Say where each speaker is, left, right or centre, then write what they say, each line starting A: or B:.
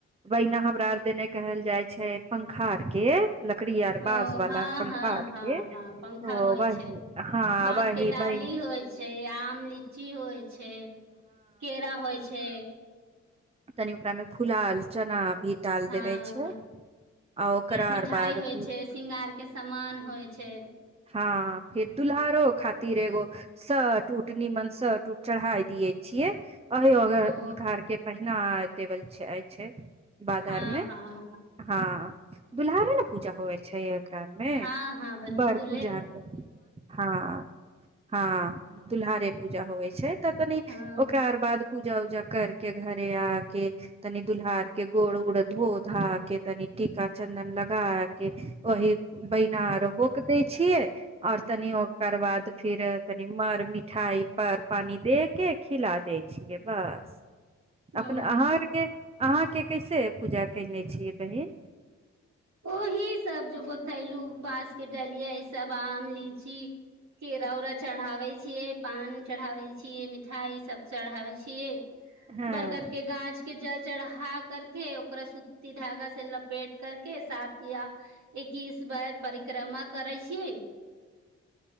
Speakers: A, on the right; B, on the right.
A: बैना हमरा आर देने कहल जाय छै पंखा आर के लकड़ी आार बस
B: ओ हँ
A: वाला पंखार
B: हँ
A: के
B: हँ हँ पंखा
A: तो
B: होइ
A: वही
B: छै
A: हँ
B: बाँसके
A: वही
B: टाली
A: बहिन
B: होइ छै आम लीच की होइ छै केरा होइ छै
A: तनी ओकरामे फुलाल चना भी डाल
B: हँ
A: देवे छै आ ओकरा
B: मिठाइ
A: आर बाद
B: होइ छै सिंगार के समान होइ छै
A: हँ फेर दुल्हारो खातिर एगो स टूट निीमन स टूट चढ़ााय दिये छियै अग
B: ओ
A: हुनका आर के पहिने टेबल छै बाजारमे
B: हँ हँ
A: हँ दुल्ारे ने पूजा होइ छै एकरा मे
B: हँ हँ बहिन्दी
A: बड़ पूजा त हँ हँ दुलहारहारे पूजा होइ छै छै त तनी
B: हँ
A: ओकरा बाद पू उजा उजा कर के घरे आ के तनि दुल्ार के गोड़ उड़ धो धा के तनि टीका चन्दन लगा के वही बै नारो होकतै छ आऔर तनि ओकर बाद फिर तनी मर मिठाई पर पानी दे के खिला दै छियै बस
B: ओ
A: अपने अहाँरके अहाँके कैसे पूजा कयने छियै बहिन
B: ओहि सब जो बतैलू बांस के डलिये सब आम लीची केरा उरा चढ़ाबे छियै पान चढ़ाबे छियै मिठाई सब चढ़ाबे छियै
A: हँ
B: बरगद के गाछ के जल चढ़ा करके ओकरा सुती धागा से लपेट कर के साथ एकीस बार परिक्रमा करै छियै